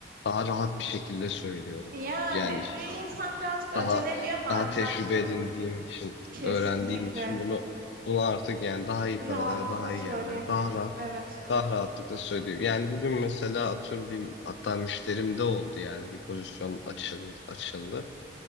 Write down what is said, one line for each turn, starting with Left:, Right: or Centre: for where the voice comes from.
Left: daha rahat bir şekilde söylüyorum.
Right: Yani
Left: Yani işi
Right: bir
Left: artık
Right: insan birazcık acele
Left: daha
Right: ediyor ama
Left: daha
Right: hani
Left: tecrübe
Right: baktın
Left: edindiğim için,
Right: kesinlikle
Left: öğrendiğim için bunu bunu artık yani daha iyi
Right: rahatlıkla
Left: paralara, daha
Right: söyleyebiliyorsun.
Left: iyi yerlere, daha rahat,
Right: Evet.
Left: daha rahatlıkla söylüyorum. Yani bugün mesela atıyorum bir hatta müşterim de oldu yani bir pozisyon açıldı, açıldı.